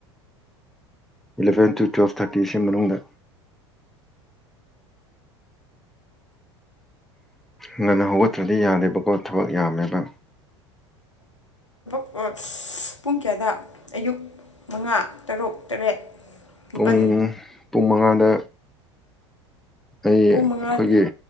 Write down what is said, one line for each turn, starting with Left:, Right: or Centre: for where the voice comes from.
Centre: ꯏꯂꯕꯦꯟ ꯇꯨ ꯇꯨꯋꯦꯜꯞ ꯊꯥꯔꯇꯤꯁꯤ ꯃꯅꯨꯡꯗ ꯉꯟꯅ ꯍꯧꯒꯠꯇ꯭ꯔꯗꯤ ꯌꯥꯗꯦꯕꯀꯣ ꯊꯕꯛ ꯌꯥꯝꯃꯦꯕ
Left: ꯑꯣꯠꯁ ꯄꯨꯡ ꯀꯌꯥꯗ ꯑꯌꯨꯛ ꯃꯉꯥ ꯇꯔꯨꯛ ꯇꯔꯦꯠ ꯅꯤꯄꯟ
Centre: ꯄꯨꯡ ꯄꯨꯡ ꯃꯉꯥꯗ ꯑꯩ
Left: ꯄꯨꯡ ꯃꯉꯥ
Centre: ꯈꯣꯏꯒꯤ